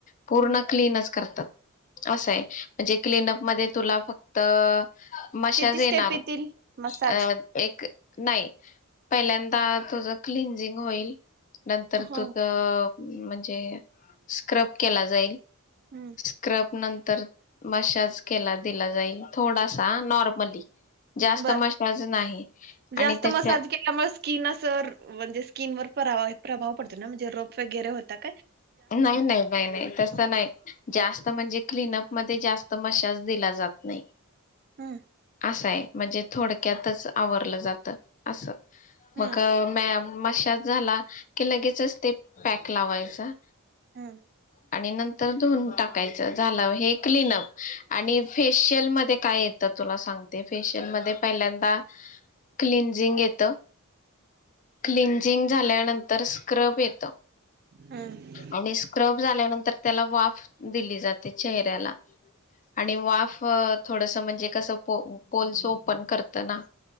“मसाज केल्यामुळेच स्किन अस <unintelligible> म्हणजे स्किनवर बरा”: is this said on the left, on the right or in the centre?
Right